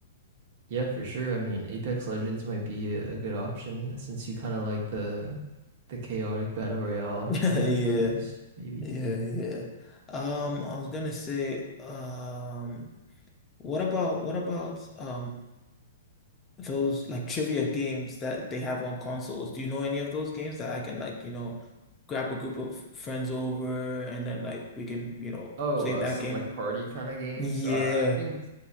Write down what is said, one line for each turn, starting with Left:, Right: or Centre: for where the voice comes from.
Right: yeah, for sure. I mean, Apex Legends might be a, a good option since you kind of like the the chaotic battle royale
Left: <laughs>
Right: kind
Left: Yeah,
Right: of shooters, maybe.
Left: yeah, yeah. Um, I was gonna say, um, what about what about um those like trivia games that they have on consoles. Do you know any of those games that I can like, you know, grab a group of friends over and then like we can, you know,
Right: Oh,
Left: play
Right: uh,
Left: that
Right: some
Left: game?
Right: like party kind of games.
Left: Yeah.
Right: Uh, I think.